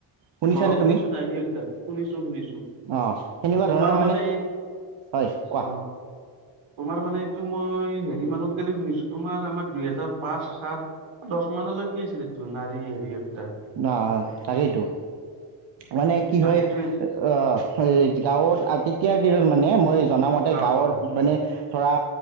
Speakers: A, on the right; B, on the right.
A: শুনিছানে
B: অ' শুনিছো
A: তুমি
B: ডাইনী হত্যা, শুনিছো শুনিছো।
A: অ সেনেকুৱা
B: তোমাৰ
A: ধৰণৰ
B: মানে এই
A: হয় কোৱা
B: অহ। তোমাৰ মানে এইটো মই হেৰি মানত গেলি শুনিছোঁ তোমাৰ আমাৰ দুহেজাৰ পাঁচ সাত। দচ মানলৈকে কি আছিলে তোৰ নাৰী হেৰি।
A: না তাকেই তো। মানে কি
B: তাকেতো
A: হয়
B: এইটো
A: অহ এই গাঁৱত আ তেতিয়া দিনত মানে মই। জনা মতে
B: অ
A: গাঁৱত
B: অ
A: মানে ধৰা